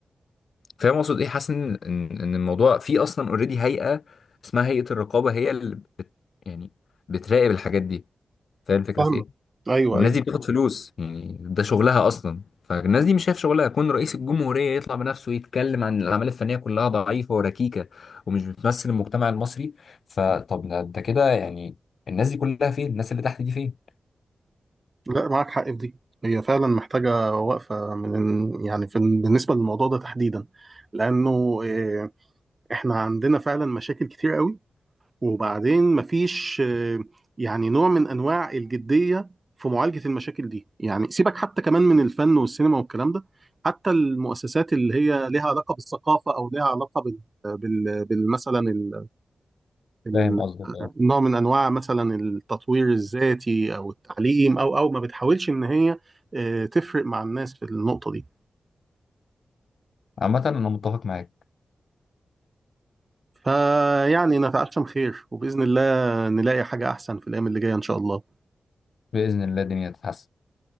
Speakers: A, on the left (about 65°); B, on the right (about 25°).
A: فاهم اقصد ايه حاسس ان ان إن الموضوع في اصلا اوريدي هيئه اسمها هيئه الرقابه هي اللي بت... يعني بتراقب الحاجات دي فاهم الفكره
B: فاهمه
A: في ايه
B: ايوه
A: والناس
B: ايوه
A: دي بتاخد فلوس يعني ده شغلها اصلا فالناس دي مش شايف شغلها يكون رئيس الجمهورية يطلع بنفسه يتكلم عن الأعمال الفنية كلها ضعيفة وركيكة ومش بتمثل المجتمع المصري فطب ده انت كده يعني الناس دي كلها فين الناس اللي تحت دي فين
B: لا معاك حق في دي هي فعلا محتاجه وقفه من يعني في بالنسبه للموضوع ده تحديدا لانه آه، احنا عندنا فعلا مشاكل كتير قوي وبعدين مفيش آه، يعني نوع من انواع الجديه في معالجه المشاكل دي يعني سيبك حتى كمان من الفن والسينما والكلام ده حتى المؤسسات اللي هي لها علاقه بالثقافه او لها علاقه بال, بال... بال... مثلا ال... ال...
A: فاهم قصدك اه
B: نوع من انواع مثلا التطوير الذاتي او التعليم او او ما بتحاولش ان هي آه، تفرق مع الناس في النقطه دي
A: عامة أنا متفق معاك
B: فيعني نتعشم خير وباذن الله نلاقي حاجه احسن في الايام اللي جايه ان شاء الله
A: بإذن الله الدنيا تتحسن